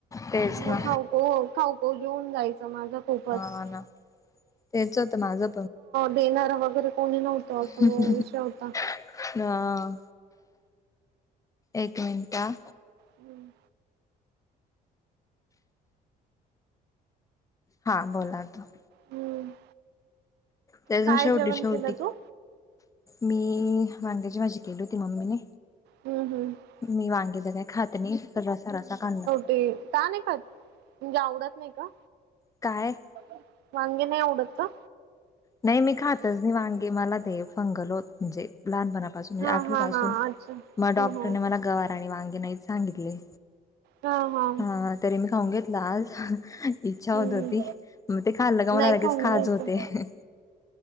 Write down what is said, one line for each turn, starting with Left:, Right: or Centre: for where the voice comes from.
Left: तेच
Right: मग
Left: ना
Right: खाऊको खाऊको घेऊन जायचं. माझं खूपच
Left: हा ना तेच होतं माझं
Right: देणारा वगैरे कोणी नव्हतं.
Left: <unintelligible>
Right: असं विषय होता
Left: हा आ एक मिनटं हा
Right: हम्
Left: हा बोला ना.
Right: हम्म
Left: त्याजून
Right: काय
Left: शेवटी
Right: जेवण
Left: शेवटी
Right: केलं तू
Left: मी वांग्याची भाजी केली होती मम्मीने
Right: हम्म हम्म
Left: मी वांगे तर काय खात नाही रसा रसा खाल
Right: ते का नाही का म्हणजे आवडत नाही का?
Left: काय?
Right: मग वागे नाही आवडत का?
Left: नाही मी खातच नाही वांगी मला ते फंगल होत म्हणजे लहानपणा म्हणजे
Right: हा
Left: आठवी
Right: हा
Left: पासून
Right: हा अच्छा
Left: मग
Right: हो
Left: डॉक्टरने
Right: हो
Left: मला गवार आणि वांगे नाही सांगितले.
Right: हा हा
Left: हा तरी मी खाऊन घेतला आज इच्छा होत
Right: हम्म
Left: हो ती. मग ते खाल्लं का मला
Right: नाही
Left: लगेच
Right: खाऊन
Left: खाजवते
Right: घ्यायचं
Left: होते.